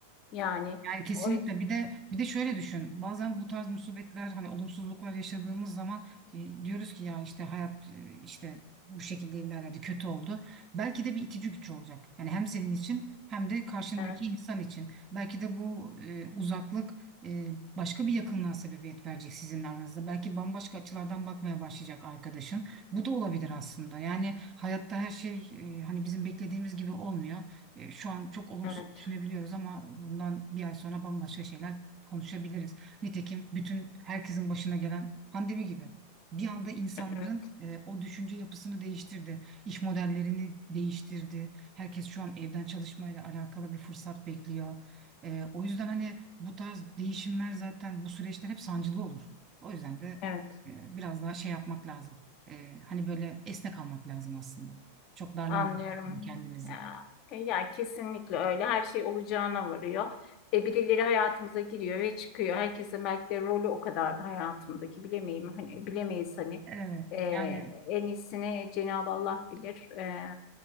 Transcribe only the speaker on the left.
Yani
o yüzden
evet,
evet,
evet.
evet.
Anlıyorum.
Ya, e, ya kesinlikle öyle. Her şey olacağına varıyor. E, birileri hayatımıza giriyor ve çıkıyor. Herkesin belki de rolü o kadardı hayatımdaki. Bilemeyim hani bilemeyiz hani.
E,
en iyisini Cenab-ı Allah bilir. E,